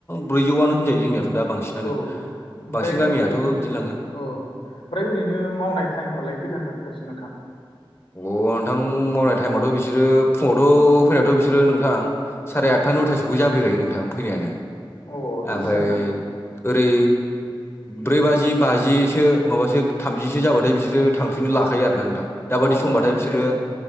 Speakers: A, on the left; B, on the left.
A: ब्रैजौआनो होनजायो जोंनियाथ' दा बांसिनानो
B: औ ओमफ्राय
A: बांसिन गामियाथ'
B: ओरैनो
A: बिदिनो लाङो
B: अ ओमफ्राय ओरैनो मावनाय टाइमफ्रालाय खैथानिफ्राय खैथासिम नोंथां
A: अ नोंथां मावनाय टाइमावथ' बिसोरो फुङावथ' फैनायाथ' बिसोरो नोंथां साराय आठथा नइथासोखौ जाफैखायो नोंथां फैनायानो
B: अ बिदिसो
A: ओमफाय
B: आरोना
A: ओरै ब्रै बाजि बाजिसो माबासो थामजिसो जाबाथाय बिसोरो थांफिननो लाखायो आरो ना नोंथां दाबादि
B: अ
A: समबाथाय
B: थांखायो
A: बिसोरो
B: आरोना